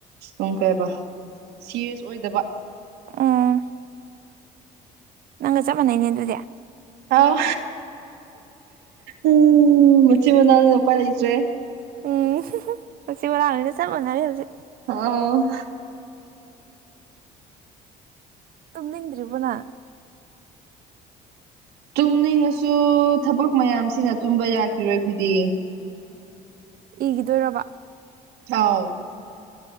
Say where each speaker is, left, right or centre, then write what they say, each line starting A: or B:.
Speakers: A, on the right (about 90°); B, on the right (about 60°).
A: ꯎꯝ ꯀꯩꯕ ꯁꯤꯔꯁ ꯑꯣꯏꯗꯕ꯫
B: ꯑꯥ꯫ ꯅꯪꯒ ꯆꯥꯄ ꯃꯥꯟꯅꯩꯅꯦ ꯑꯗꯨꯗꯤ꯫
A: ꯑꯥꯎ ꯎꯝ ꯃꯆꯤꯟ ꯃꯅꯥꯎꯅ ꯎꯄꯥꯏ ꯂꯩꯇ꯭ꯔꯦ꯫
B: ꯎꯝ ꯃꯥꯆꯤꯟ ꯃꯅꯧ ꯅꯤꯅ ꯆꯥꯞ ꯃꯅꯔꯦ ꯍꯧꯖꯤ꯫
A: ꯍꯥꯎ
B: ꯇꯨꯝꯅꯤꯡꯗ꯭ꯔꯤꯕꯣ ꯅꯪ
A: ꯇꯨꯝꯅꯤꯡꯉꯁꯨ ꯊꯕꯛ ꯃꯌꯥꯝꯁꯤꯅ ꯇꯨꯝꯕ ꯌꯥꯈꯤꯔꯣꯏ ꯑꯩꯈꯣꯏꯗꯤ
B: ꯏꯒꯤꯗꯣꯏꯔꯕ
A: ꯍꯥꯎ